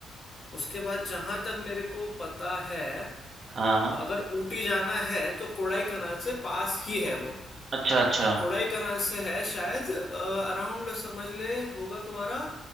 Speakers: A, on the left; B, on the right.
A: उसके बाद जहां तक मेरे को पता है
B: हाँ।
A: अगर ऊटी जाना है तो कोडाई कनाल से पास ही है वो
B: अच्छा, अच्छा,
A: कोडाई कनाल से है शायद अराउंड समझ ले होगा तुम्हारा